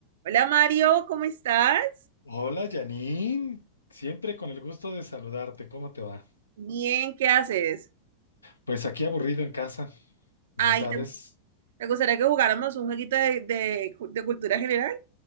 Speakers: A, on the right; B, on the left.
A: Hola Mario, ¿cómo estás?
B: Hola Janine, siempre con el gusto de saludarte, ¿cómo te va?
A: Bien, ¿qué haces?
B: Pues aquí aburrido en casa, ya
A: Ay,
B: sabes.
A: ¿te, te gustaría que jugáramos un jueguito de, de cu- de cultura general?